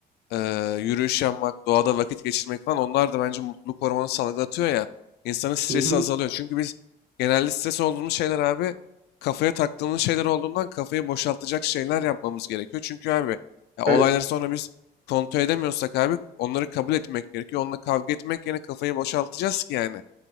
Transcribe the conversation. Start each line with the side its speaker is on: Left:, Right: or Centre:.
Left: eee, yürüyüş yapmak, doğada vakit geçirmek falan onlar da bence mutluluk hormonu salgılatıyor ya. İnsanın stresi
Right: Hı hı.
Left: azalıyor. Çünkü biz genelde stres olduğumuz şeyler abi kafaya taktığımız şeyler olduğundan kafayı boşaltacak şeyler yapmamız gerekiyor. Çünkü abi ya olayları
Right: Evet.
Left: sonra biz kontrol edemiyorsak abi onları kabul etmek gerekiyor. Onunla kavga etmek yerine kafayı boşaltacağız ki yani.